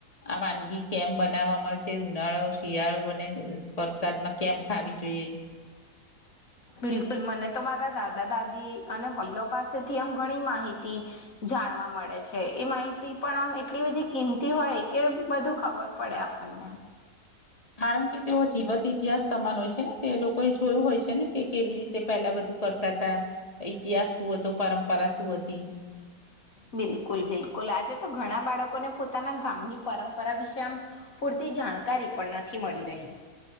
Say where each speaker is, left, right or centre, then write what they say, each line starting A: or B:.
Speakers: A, on the left; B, on the left.
A: આ વાનગી કેમ બનાવવામાં આવે છે ઉનાળો શિયાળો અને સાદમાં કેમ ખાવી જોઈએ
B: બિલકુલ મને તો મારા દાદા દાદી અને વલો પાસેથી આમ ઘણી માહિતી જાણવા મળે છે એ માહિતી પણ આમ એટલી બધી કિંમતી હોય કે બધું ખબર પડે આપણને
A: કારણ કે તેઓ જીવત ઈતિહાસ તમાન હોય છે ને તે લોકો એ જોયું હોય છે ને કે કેવી રીતે પહેલા બધું કરતા હતા ઈતિહાસ શું હતો પરંપરા શું હતી
B: બિલકુલ બિલકુલ આજે તો ઘણા બાળકોને પોતાના ગામની પરંપરા વિશે આમ પૂરતી જાણકારી પણ નથી મળી રહી